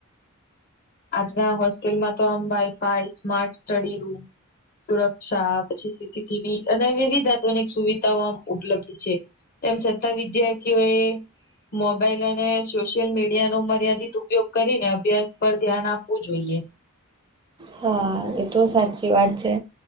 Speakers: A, on the left; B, on the right.
A: આજના હોસ્ટેલમાં તો આમ વાઈફાઈ સ્માર્ટ સ્ટડી રૂમ સુરક્ષા પછી સીસીટીવી અને વિવિધ આધુનિક સુવિધાઓ આમ ઉપલબ્ધ છે તેમ છે. વિદ્યાર્થીઓ એ મોબાઈલ અને સોશિયલ મીડિયા નો મર્યાદિત ઉપયોગ કરીને અભ્યાસ પર ધ્યાન આપવું જોઈએ
B: હા એ તો સાચી વાત છે.